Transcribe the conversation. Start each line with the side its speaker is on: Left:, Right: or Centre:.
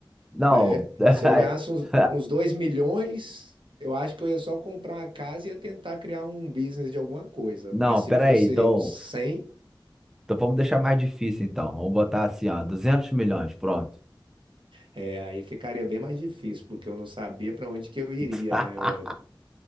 Centre: Não.
Right: né?
Centre: <laughs>
Right: Se eu ganhasse uns, uns 2 milhões, eu acho que eu ia só comprar uma casa e ia tentar criar um business de alguma coisa,
Centre: Não,
Right: mas se
Centre: peraí,
Right: fosse
Centre: então.
Right: uns cem
Centre: Então vamos deixar mais difícil, então. Vamos botar assim, ó, duzentos milhões, pronto.
Right: É, aí ficaria bem mais difícil, porque eu não sabia para onde que eu iria,
Centre: <laughs>
Right: né, velho?